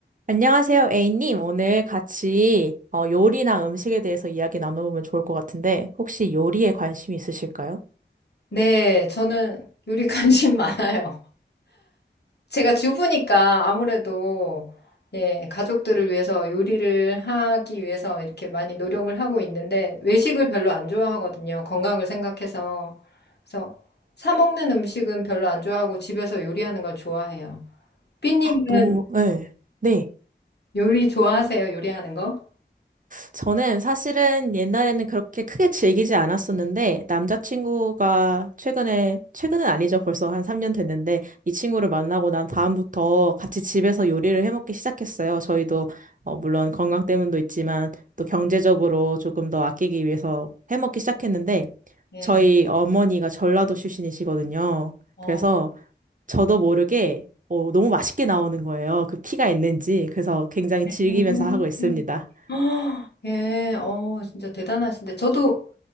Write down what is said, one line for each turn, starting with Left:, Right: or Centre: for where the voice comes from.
Right: 안녕하세요, A님. 오늘 같이 어, 요리나 음식에 대해서 이야기 나눠보면 좋을 것 같은데, 혹시 요리에 관심 있으실까요?
Left: 네, 저는 요리 관심 <laughs> 많아요. 제가 주부니까 아무래도 예, 가족들을 위해서 요리를 하기 위해서 이렇게 많이 노력을 하고 있는데 외식을 별로 안 좋아하거든요. 건강을 생각해서. 그래서 사 먹는 음식은 별로 안 좋아하고 집에서 요리하는 걸 좋아해요. 삐님은
Right: 너무, 네.
Left: 요리 좋아하세요? 요리하는 거?
Right: 저는 사실은 옛날에는 그렇게 크게 즐기지 않았었는데, 남자친구가 최근에, 최근은 아니죠. 벌써 한 3년 됐는데, 이 친구를 만나고 난 다음부터 같이 집에서 요리를 해 먹기 시작했어요. 저희도, 어, 물론 건강 때문도 있지만, 또 경제적으로 조금 더 아끼기 위해서 해 먹기 시작했는데,
Left: 네.
Right: 저희 어머니가 전라도 출신이시거든요.
Left: 어.
Right: 그래서 저도 모르게, 어, 너무 맛있게 나오는 거예요. 그 피가 있는지. 그래서 굉장히 즐기면서
Left: 음.
Right: 하고 있습니다.
Left: <gasps> 아, 예, 어, 진짜 대단하신데. 저도